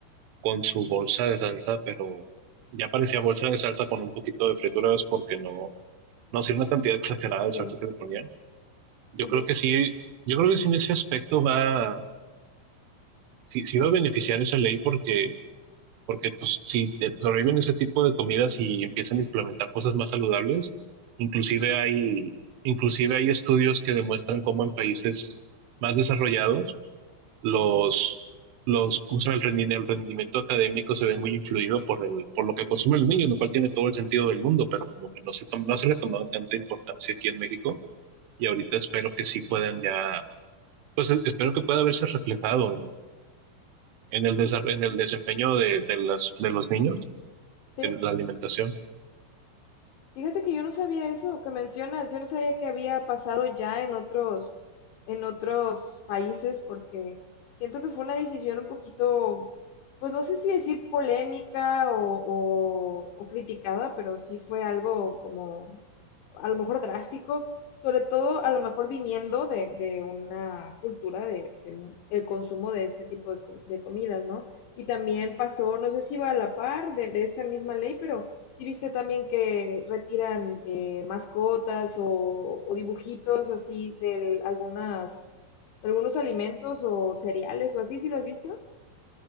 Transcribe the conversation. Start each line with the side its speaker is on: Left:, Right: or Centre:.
Right: con su bolsa de salsa, pero ya parecía bolsa de salsa con un poquito de frituras porque no, no, sí era una cantidad exagerada de
Left: Sí,
Right: salsa que le ponían. Yo
Left: sí,
Right: creo
Left: sí,
Right: que sí, yo creo que sí en ese aspecto va, sí, sí va a beneficiar esa ley porque porque pues si te prohíben ese tipo de comidas y empiezan a implementar cosas más saludables, inclusive hay, inclusive hay estudios que demuestran cómo en países más desarrollados los, los, ¿cómo se llama? El rendi- el rendimiento académico se ve muy influido por el, por lo que consumen los niños, lo cual tiene todo el sentido del mundo, pero como que no se, tom- no se le ha tomado tanta importancia aquí en México y ahorita espero que sí puedan ya, pues e- espero que pueda verse reflejado en, el- en el, desa- en el desempeño de, de las, de los niños
Left: sí.
Right: el- la alimentación.
Left: Fíjate que yo no sabía eso que mencionas, yo no sabía que había pasado ya en otros, en otros países, porque siento que fue una decisión un poquito, pues no sé si decir polémica o, o- o criticada, pero sí fue algo como a lo mejor drástico, sobre todo a lo mejor viniendo de, de una cultura de, de el consumo de este tipo de, com- de comidas, ¿no? Y también pasó, no sé si iba a la par de, de esta misma ley, pero sí viste también que retiran eh, mascotas o, o dibujitos así de algunas, de algunos alimentos o cereales o así, ¿sí lo has visto?